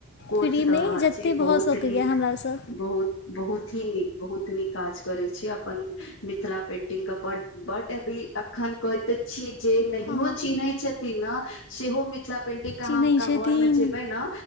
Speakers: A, on the left (about 80°); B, on the left (about 55°).
A: कोर्स
B: फ्रीमे
A: दऽ रहल
B: जतेक
A: छी बहुत
B: भऽ सौक
A: नीक
B: अए हमरास-
A: बहुत बहुत ही नीक बहुत नीक काज करैत छी। अपन मिथिला पेंटिंगके बड़ बट अभी अखन कहैतैते छी। जे नहियो
B: हँ हँ
A: चिन्हैत छथिन ने सेहो मिथिला पेंटिंग
B: चिन्हैत
A: अहाँ हुनका
B: छथिन
A: घर मे जेबै ने